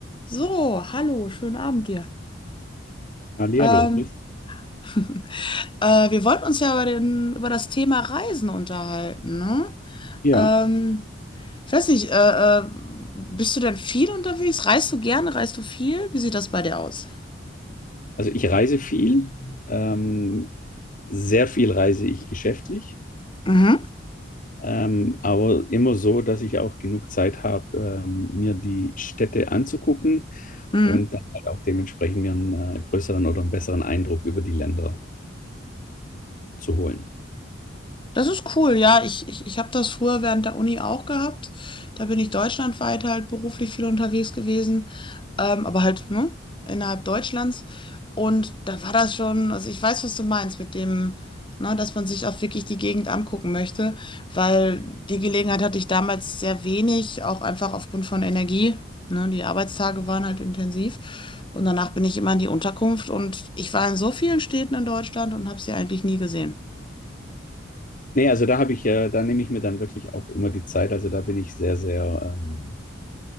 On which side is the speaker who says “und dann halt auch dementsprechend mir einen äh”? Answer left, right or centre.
Left